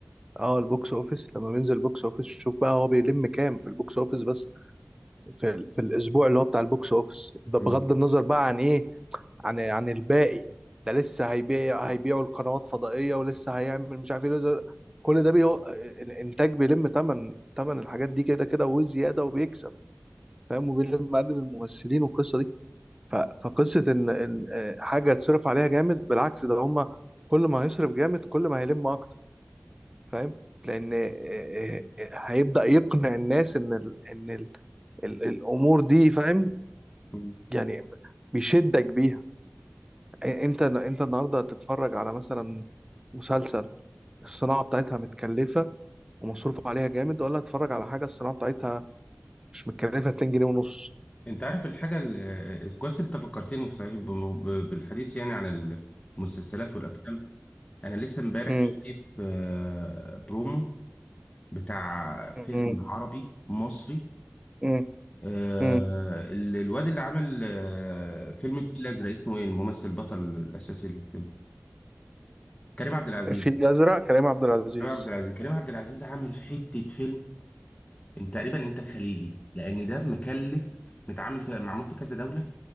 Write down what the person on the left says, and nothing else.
مم.
مم.
انت عارف الحاجة ال- آه، كويس انت فكرتني صحيح بم- ب- بالحديث يعني عن المسلسلات والافلام انا لسه امبارح
شايف آه، برومو بتاع فيلم
عربي مصري
آه،
ال- الواد اللي عامل آه، فيلم الفيل الازرق اسمه ايه الممثل البطل الاساسي للفيلم كريم عبد العزيز
كريم عبد العزيز كريم عبد العزيز عامل في حتة فيلم انت تقريبا انتاج خليجي لان ده مكلف متعامل في معمول في كذا دوله